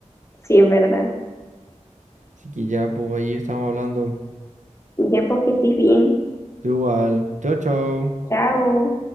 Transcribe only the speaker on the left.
Sí, es verdad.
Ya, pues que estés bien.
Chao.